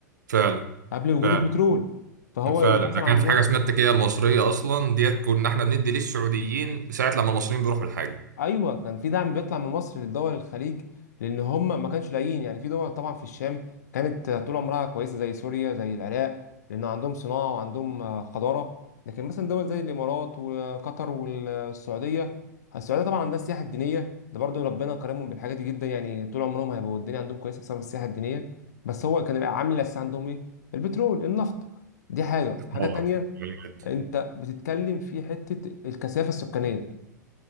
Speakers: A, on the right; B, on the left.
A: فعلا
B: قبل وجود
A: فعلا
B: البترول فهو
A: فعلا
B: إيه اللي حصل
A: ده كان
B: عندهم
A: في حاجة اسمها التكية المصرية أصلا ديت كنا احنا بندي للسعوديين ساعة لما المصريين بيروحوا الحج
B: ايوه كان في دعم بيطلع من مصر للدول الخليج لان هم ما كانش لاقيين يعني في دول طبعا في الشام كانت طول عمرها كويسه زي سوريا زي العراق لان عندهم صناعه وعندهم آه، حضاره لكن مثلا دول زي الامارات وقطر والسعوديه السعوديه طبعا عندها السياحه الدينيه ده برضو ربنا كرمهم بالحاجات دي جدا يعني طول عمرهم هيبقوا الدنيا عندهم كويسه بسبب السياحه الدينيه بس هو كان العامل الاساسي عندهم ايه البترول النفط دي حاجه حاجه
A: روعة
B: تانية
A: جامد
B: انت بتتكلم في حته الكثافه السكانيه